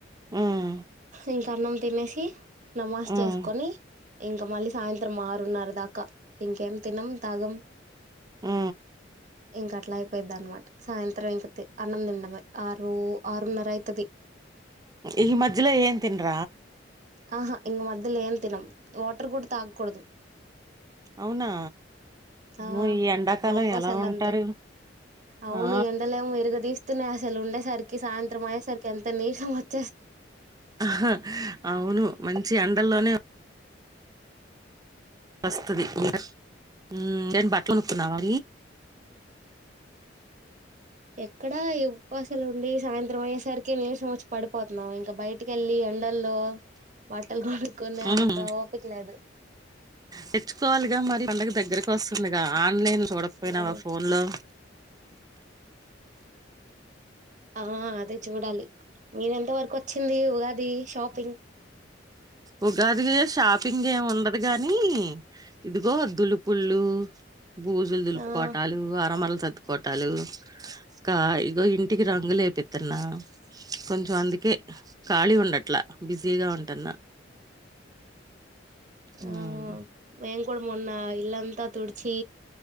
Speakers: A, on the right; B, on the right.
A: ఉమ్
B: ఇంక అన్నం తినేసి నమాజ్
A: ఉమ్
B: చేస్కొని ఇంక మళ్ళీ సాయంత్రం ఆరున్నార దాకా, ఇంకేం తినం తాగం.
A: హు
B: ఇంక అట్ల అయిపోయ్ది అన్మాట సాయంత్రం ఇంక తి అన్నం తిండమే ఆరు ఆరున్నర ఐతది.
A: ఈ మజ్జలొ ఏం తిన్ర
B: ఆహా ఇంగ్ మథ్థిలో ఏం తినమ్, వాటర్ కుడ తాక్కుడదు.
A: అవునా. అమ్మో
B: ఆ
A: ఈ ఎండాకాలం
B: ఉపావసాలంతే,
A: ఎలా ఉంటారు
B: అవును
A: ఆ
B: ఎండలెమొ ఇరగదిస్ తునయాస్ అసలు ఉండేసరికి సాయంత్రం అయేసరికి ఎంత నీ. సంమత్
A: హ్ ఆ అవును మంచి ఎండలొనే వస్తది <unintelligible> నేను బట్ట కొనుక్కున్నావా
B: ఎక్కడా ఉపవాసాలు ఉండి సాయంత్రం నిద్రపోయే సరికి నీరసం వచ్చి పడిపోతున్నాము ఇంకా బైటికెళ్లి ఎండల్లో బట్టలు కొనే
A: ఉమ్
B: అంత ఓపికలేదు
A: తెచ్చుకోవాలిగా మరి పండగ దగ్గరకు వస్తుందిగా ఆన్లైన్ చూడకపోయినావా
B: హ్మ్
A: ఫోన్ లో
B: ఆ అదే చూడాలి మీదెంత వరకు వచ్చింది ఉగాది షాపింగ్
A: ఉగాది షాపింగ్ ఏం ఉండదు గానీ ఇదిగో దులుపుళ్ళు బూజులు దులుపుకోవటాలు
B: ఆ
A: అరమరలు సర్దుకోవాటాలు ట్టాలు కా ఇగో ఇంటికి రంగులేపిత్తన్నా కొంచెం అందుకే ఖాళీ ఉండట్లా బిజీగా ఉంటున్న హ్మ్
B: ఆ మేము మొన్న ఇల్లు అంతా తు తుడిచి